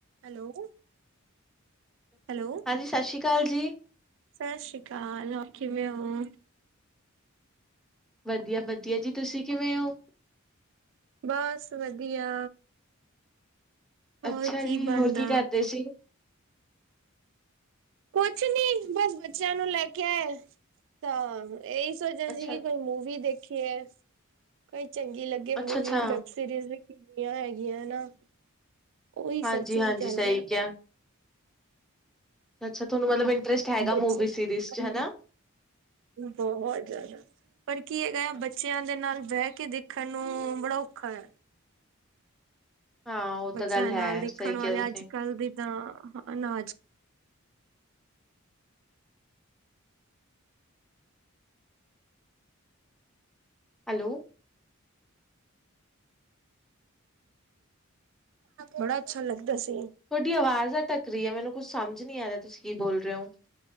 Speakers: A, on the right; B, in the centre.
A: <inaudible> Hello hello.
B: ਹਾਂਜੀ ਸਤਿ ਸ਼੍ਰੀ ਅਕਾਲ ਜੀ।
A: ਸਤਿ ਸ੍ਰੀ ਅਕਾਲ ਕਿਵੇਂ ਹੋ?
B: ਵਧੀਆ ਵਧੀਆ ਜੀ ਤੁਸੀਂ ਕਿਵੇਂ ਹੋ?
A: ਬਸ ਵਧੀਆ। ਹੋਰ
B: ਅੱਛਾ
A: ਕੀ
B: ਜੀ
A: ਬਣਦਾ?
B: ਹੋਰ ਕੀ ਕਰਦੇ ਸੀ?
A: ਕੁਛ ਨੀ ਬਸ ਬੱਚਿਆਂ ਨੂੰ ਲੈ ਕੇ ਆਏ ਤਾਂ ਇਹੀ ਸੋਚਿਆ ਸੀ
B: ਅੱਛਾ,
A: ਕਿ ਕੋਈ ਮੂਵੀ ਦੇਖੀ ਹੈ ਕੋਈ ਚੰਗੀ ਲੱਗੇ
B: ਅੱਛਾ-ਅੱਛਾ,
A: ਮੂਵੀ ਸੀਰੀਜ਼ ਵੀ ਕਿੰਨੀਆਂ ਹੈਗੀਆਂ ਨਾ ਉਹੀ ਸਰਚਿੰਗ
B: ਹਾਂਜੀ-ਹਾਂਜੀ
A: ਚੱਲ
B: ਸਹੀ
A: ਰਿਹਾ।
B: ਕਿਹਾ। ਅੱਛਾ ਤੁਹਾਨੂੰ ਮਤਲਬ ਇੰਟਰਸਟ ਹੈਗਾ
A: ਬੱਚਿਆਂ
B: ਮੂਵੀ ਸੀਰੀਜ਼ ਚ ਹਨਾ।
A: ਬਹੁਤ ਜ਼ਿਆਦਾ ਪਰ ਕੀ ਹੈਗਾ ਆ ਬੱਚਿਆਂ ਦੇ ਨਾਲ ਬਹਿ ਕੇ ਦੇਖ ਦੇਖਣ ਨੂੰ ਬੜਾ ਔਖਾ ਹੈ
B: ਹਾਂ, ਉਹ
A: ਬੱਚਿਆਂ
B: ਤਾਂ ਗੱਲ ਹੈ,
A: ਨਾਲ ਦੇਖਣ
B: ਸਹੀ
A: ਵਾਲੇ
B: ਕਿਹਾ ਤੁਸੀਂ।
A: ਅੱਜ ਕੱਲ ਦੀ ਤਾਂ ਅਨਾਜ
B: ਹੈਲੋ
A: ਬੱੜਾ ਅੱਛਾ ਲੱਗਦਾ ਸੀ
B: ਤੁਹਾਡੀ ਆਵਾਜ਼ ਅਟਕ ਰਹੀ ਹੈ ਮੈਨੂੰ ਕੁੱਛ ਸਮੱਝ ਨੀ ਆ ਰਿਹਾ ਤੁਸੀਂ ਕੀ ਬੋਲ ਰਹੇ ਹੋ